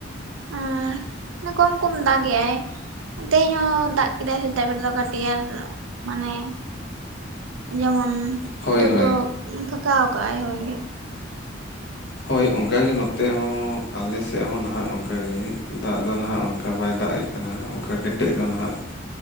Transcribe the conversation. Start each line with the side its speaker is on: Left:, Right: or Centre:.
Right: ᱟᱸ ᱱᱮ ᱠᱚᱢ ᱠᱚᱢ ᱫᱟᱜᱮ ᱟᱭ᱾ ᱛᱮᱦᱮᱧ ᱦᱚᱸ ᱫᱟᱜ ᱠᱮᱫᱟᱭ ᱥᱮᱛᱟᱜ ᱵᱮᱨ ᱫᱚ ᱠᱟᱹᱴᱤᱜ ᱟᱨ ᱢᱟᱱᱮ ᱡᱮᱢᱚᱱ
Left: ᱦᱳᱭ
Right: ᱛᱳᱜ
Left: ᱦᱳᱭ
Right: ᱫᱚ ᱯᱷᱟᱠᱟᱣ ᱠᱟᱜ ᱟᱭ ᱦᱳᱭ᱾
Left: ᱦᱳᱭ ᱚᱝᱠᱟ ᱜᱮ ᱱᱚᱛᱮ ᱦᱚᱸ ᱟᱞᱮ ᱥᱮᱜ ᱦᱚᱸ ᱱᱟᱦᱟᱜ ᱚᱝᱠᱟᱜ ᱜᱤ ᱫᱟᱜ ᱫᱚ ᱱᱟᱦᱟᱜ ᱚᱱᱠᱟ ᱵᱟᱭ ᱫᱟᱜ ᱮᱜ ᱠᱟᱱᱟ ᱚᱱᱠᱟ ᱠᱮᱴᱮᱡ ᱫᱚ ᱱᱦᱟᱜ